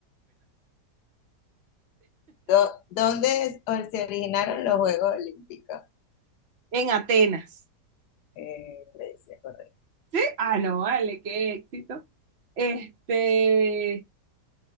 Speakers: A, on the left; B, on the right.
A: Do- ¿Dónde es- se originaron los Juegos Olímpicos?
B: en Atenas.
A: Eh, Grecia, correcto.
B: ¿Sí? Ah, no, vale, qué éxito. Este,